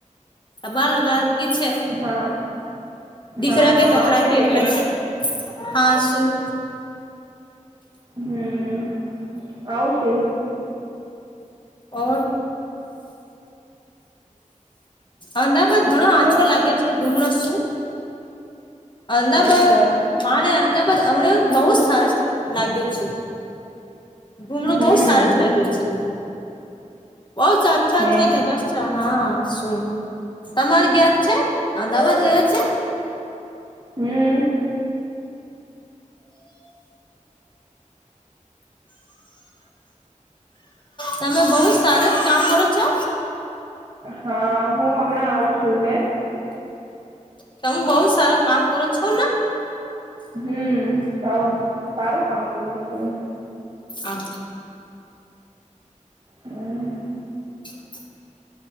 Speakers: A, on the left; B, on the right.
A: તબા લગાતી છે
B: હા
A: દીકરા
B: હા
A: કે કપડા
B: આવશે
A: કે અંદચ્ચે. હા સુું.
B: હમ્ આવશે.
A: ઓર? અમદાવાદ ઘણો
B: શું
A: આછો લાગે છે ઘુમણ શું? અમદાવાદ
B: સરસ
A: સામે અમદા હમને બહુ જ સરસ લાગ્યો છે. ગુમણ
B: હમ
A: બહુ સરસ લાગે છે. બહું અચ્છા
B: હે
A: અચ્છા જગ અચ્છા હા શું તમાર ગેજ છે અ અમદાવાદ ગયા છે?
B: હમ
A: તમે બહુ સારું જ કામ કરો છો.
B: હા હું હમણાં આવું છું હે.
A: તમે બહુ સારું કામ કરું છો ને?
B: હમ સવ સારું કામ કરું છું
A: હા
B: હ
A: <inaudible>